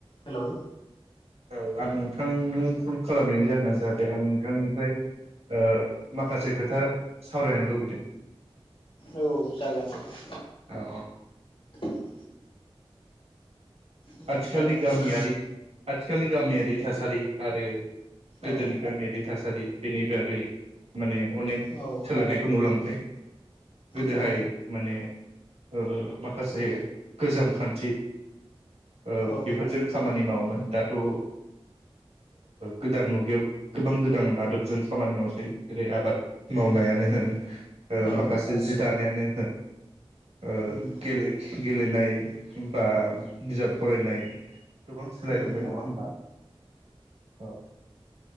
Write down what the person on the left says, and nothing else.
हेलौ।
औ जागोन नोंथां
<inaudible> ओमफ्राय
नोंथां
औ
औ
औ
औ
औ
उम
उम